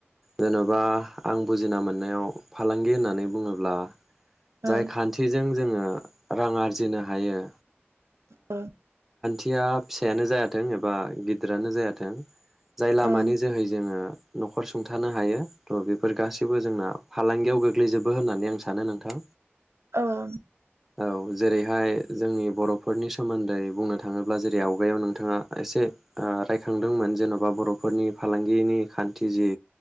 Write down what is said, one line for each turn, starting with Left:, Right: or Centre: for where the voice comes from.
Centre: जेन'बा आं बुजिना मोननायाव फालांगि होननानै बुङोब्ला
Right: औ
Centre: जाय खान्थिजों जोङो रां आरजिनो हायो
Right: औ
Centre: थिया फिसायानो जायाथों एबा गिदिरानो जायाथों जाय लामानि
Right: औ
Centre: जोहै जोङो न'खर सुंथानो हायो थ' बेफोर गासैबो जोंना फालांगियाव गोग्लैजोबो होननानै आं सानो नोंथां
Right: औ
Centre: औ जेरैहाय जोंनि बर' फोरनि सोमोन्दै बुंनो थाङोब्ला जेरै आवगायाव नोंथाङा एसे रायखांदोंमोन जेन'बा बर'फोरनि फालांगिनि खान्थि जि